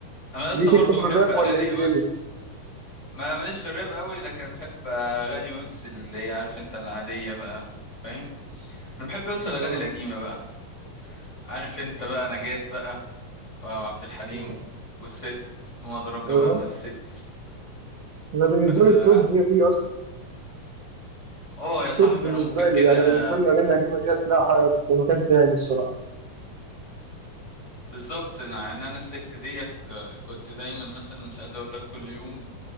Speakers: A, on the left; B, on the right.
A: انا لسه
B: ليك
A: برضو
B: انت في
A: بحب
B: الراب
A: اغاني
B: ولا ايه الدنيا؟
A: ويجز ما ماليش في الراب قوي لكن بحب اغاني ويجز اللي هي عارف انت العاديه بقى فاهم انا بحب اوصل الاغاني
B: اه
A: القديمه بقى عارف انت بقى نجاة بقى وعبد الحليم
B: اه
A: والست وما ادراك
B: آه.
A: بقى ما الست
B: انا بالنسبه
A: ف
B: لي التوب هي دي اصلا
A: اه
B: التوب
A: يا صاحبي
B: بالنسبه
A: انا ممكن كده
B: لي يعني بالنسبه لي الاغاني القديمه ديت لا في مكان تاني الصراحه
A: بالظبط يعني انا الست ديت ك- كنت دايما مثلا مش عايز اقول لك كل يوم